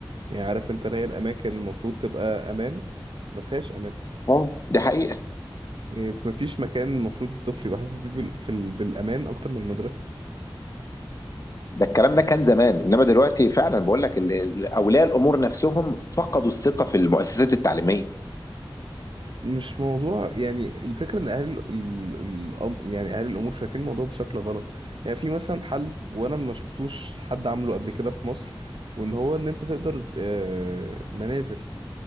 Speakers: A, on the right; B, on the left.
A: يعني عارف انت اللي هي الاماكن اللي المفروض تبقى امان ما فيهاش امان
B: اه دي حقيقه
A: يعني مفيش مكان المفروض الطفل يبقى حاسس بيه بال- في ال- بالامان اكتر من المدرسة
B: ده الكلام ده كان زمان انما دلوقتي فعلا بقول لك ال- ال- اولياء الامور نفسهم فقدوا الثقه في المؤسسات التعليميه
A: مش موضوع يعني الفكرة ان اهل ال... ال... الأم- يعني اهل الامور شايفين الموضوع بشكل غلط يعني في مثلا حل وانا ما شفتوش حد عامله قبل كده في مصر وان هو ان انت تقدر آه، منازل